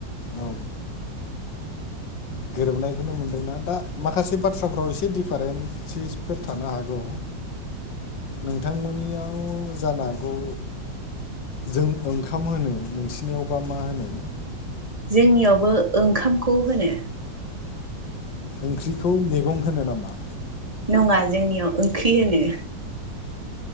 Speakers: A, on the left; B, on the right.
A: औ गोरोबनायखौनो मोनदोंना दा माखासे बाथ्राफ्राव एसे दिडिफारेन्सिसफोर थानो हागौ। नोंथांमोननियाव जानो हागौ। जों ओंखाम होनो नोंसिनियावबा मा होनो?
B: जोंनियावबो ओंखामखौ होनो।
A: ओंख्रिखौ मैगं होनो नामा?
B: नङा जोंनियाव ओंख्रि होनो।